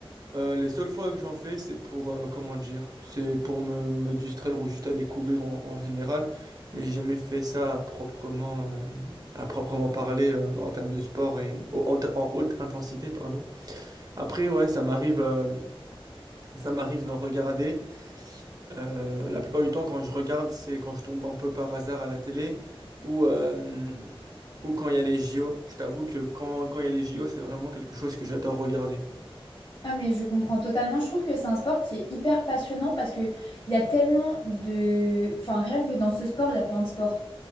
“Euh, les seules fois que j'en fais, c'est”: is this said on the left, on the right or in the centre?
Right